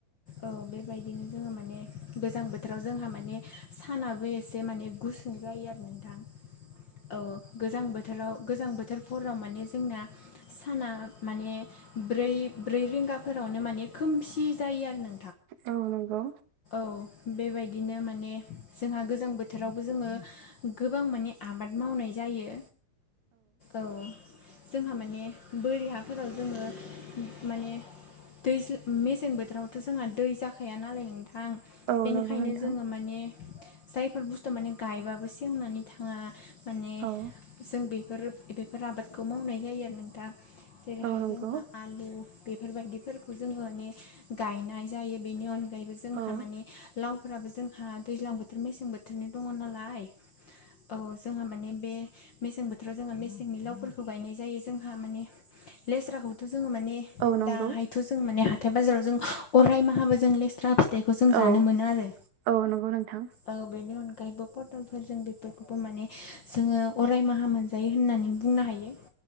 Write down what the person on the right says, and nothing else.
औ नंगौ
औ
नंगौ नोंथां
औ
औ नंगौ
औ
औ नंगौ
औ
औ नंगौ नोंथां